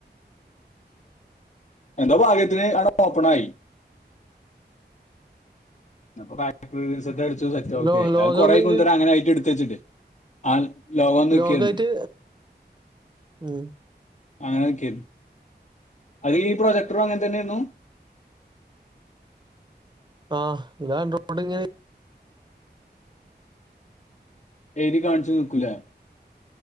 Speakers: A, on the left; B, on the right.
A: എന്തോ ഭാഗ്യത്തിന് അവിടെ ഓപ്പണായി അപ്പൊ <unintelligible> ഒക്കെ
B: ലോ
A: ആയി
B: ലോകം
A: അത് കുറെ
B: ഒന്നെങ്കി
A: കൊണ്ടരാ അങ്ങനെ ആയിട്ട് എടുത്ത വച്ചിട്ട് ആ ലോകം നിൽക്കായിരുന്നു
B: ലോക് ആയിട്ട് ഉം
A: അങ്ങനെ നിൽക്കായിരുന്നു അത് ഈ പ്രൊജക്ടറും അങ്ങനെ തന്നെ ആയിരുന്നു
B: ആ ഞാൻ റോഡ് ഇങ്ങനെ
A: എഴുതി കാണിച്ചു നിൽക്കൂലേ